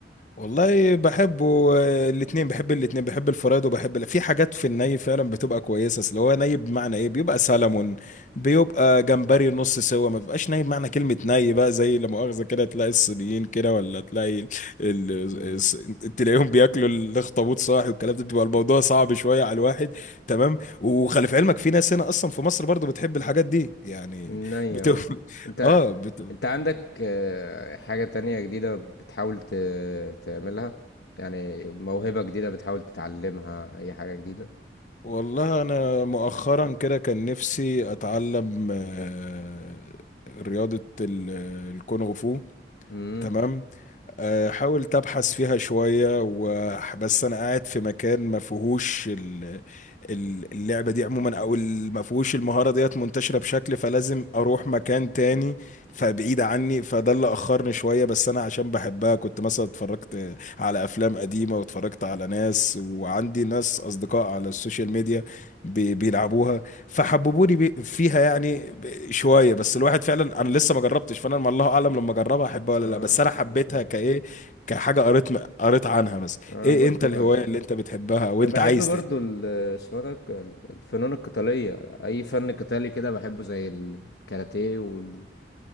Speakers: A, on the left; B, on the left.
A: والله بحبه آه، الاتنين بحب الاتنين بحب الفرايد وبحب ال- في حاجات في الني فعلا بتبقى كويسة اصل هو ني بمعنى ايه بيبقى سلمون بيبقى جمبري نص سوا ما بيبقاش ني بمعنى كلمة ني بقى زي لا مؤاخذة كده تلاقي الصينيين كده ولا تلاقي ال... ال...
B: مم.
A: ال- تلاقيهم بياكلوا الاخطبوط صاحي والكلام ده بيبقى الموضوع صعب شوية على الواحد تمام وخلي في علمك في ناس هنا اصلا في مصر برضو بتحب الحاجات دي يعني
B: ني
A: بتبقى
B: اه
A: <laughs>
B: انت
A: اه بت...
B: انت عندك آه، حاجة تانية جديدة بتحاول ت- تعملها يعني موهبة جديدة بتحاول تتعلمها اي حاجة جديدة
A: والله انا مؤخرا كده كان نفسي اتعلم آه، رياضة ال- الكونغ فو
B: امم
A: تمام آه، حاولت ابحث فيها شويه و- بس انا قاعد في مكان ما فيهوش ال- ال- اللعبه دي عموما او ال- ما فيهوش المهاره ديت منتشره بشكل فلازم اروح مكان تاني فبعيد عني فده اللي اخرني شويه بس انا عشان بحبها كنت مثلا اتفرجت على افلام قديمه واتفرجت على ناس وعندي ناس اصدقاء على السوشيال ميديا بي- بيلعبوها فحببوني بي- فيها يعني ب- شويه بس الواحد فعلا انا لسه ما جربتش فانا ما الله اعلم لما اجربها احبها ولا
B: اه
A: لا بس انا
B: كونج
A: حبيتها
B: فو
A: كايه كحاجه قريت م- قريت عنها مثلا
B: انا
A: ايه
B: برضو
A: انت الهوايه
B: ب-
A: اللي انت بتحبها وانت
B: انا بحب
A: عايز
B: برضو
A: تحبها
B: ال- اسمه ده ك- الفنون القتالية اي فن قتالي كده بحبه زي الكاراتيه وال...